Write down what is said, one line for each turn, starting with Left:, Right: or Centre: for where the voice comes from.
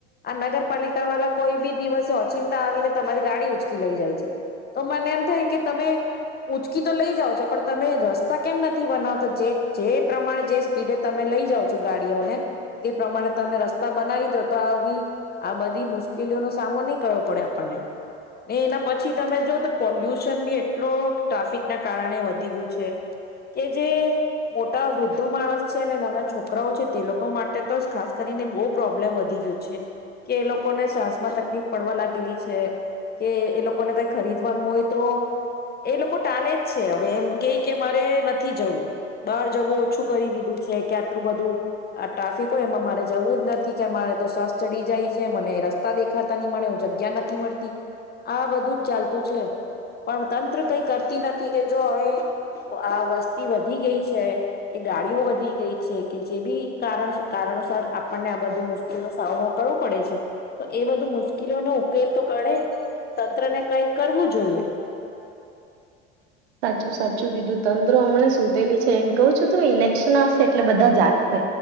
Left: આ નગરપાલિકા વાળા કોઈ બી દિવસ અચિંતા આવીને તમારી ગાડી ઉચકી લઈ જાય છે તો મને એમ થાય કે તમે ઉંચકી તો લઈ જાાવ છો પણ તમે રસ્તા કેમ નથી બનાવતા જે જે પ્રમાણે જે સ્પીડે તમે લઈ જાાવ છો ગાડીઓને તે પ્રમાણે તમે રસ્તા બનાવી દો તો આવી આ બધી મુશ્કેલીઓનો સામો નહી કરવો પડે આપણને ને એના પછી તમે જો તો પોલ્યુશન બી એટલો ટ્રાફિક ના કારણે વધી ગયું છે કે જે મોટા વૃદ્ધો માણસ છે ને નાના છોકરાઓ છે તે લોકો માટે તો ખાસ કરીને બહુ પ્રોબ્લેમ વધી ગયું છે કે એ લોકોને સાસમાં ત તકલીફ પડવા લાગેલી છે કે એ લોકોને કઈ ખરીદવાનું હોય તો એ લોકો ટાલે જ છે હવે એમ કે કે મારે નથી જવું બહાર જવું ઓછું કરી દીધું છે કે આટલું બધું ટ્રાફિક હોય એમાં મારે જવું જ નથી કે મારે તો સાસ ચડી જાય છે મને રસ્તા દે ખાતા ની મળે જગ્યા નથી મળતી આ બધું જ ચાલતું છે પણ તંત્ર કઈ કરતી નથી કે જો હવે આ વસ્તી વધી ગઈ છે કે ગાડીઓ વધી ગઈ છે કે જે બી કારણ કારણોસાર આપણને આ બધું મુશ્કેલ નો સામનો કરવો પડે છે. એ બધું મુશ્કેલો નો ઉકેલ તો કાઢે તંત્ર ને કઈ કરવું જોઈએ.
Right: સાચું સાચું કીધું તંત્ર હમણાં સુતેલી છે એમ કહું છું તું ઇલેક્શન આવશે એટલે બધા જાગશે